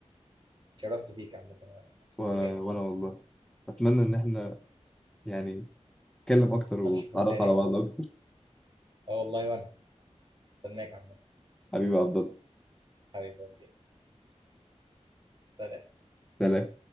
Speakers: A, on the right; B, in the centre.
A: اتشرفت بيك عامه انا مبسوط
B: و-
A: بجد
B: وانا والله اتمنى ان احنا يعني نتكلم اكتر
A: اتمنى
B: ونتعرف
A: اشوفك تاني
B: على
A: والله
B: بعض اكتر
A: اه والله وانا استناك عامه
B: حبيبي عبد الله
A: حبيبي اوكي سلام
B: سلام